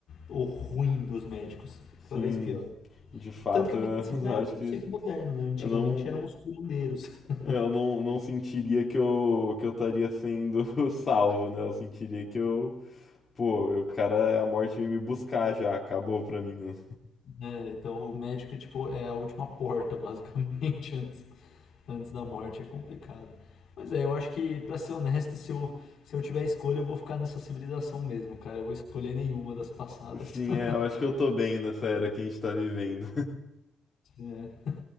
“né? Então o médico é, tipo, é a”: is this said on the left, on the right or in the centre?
Left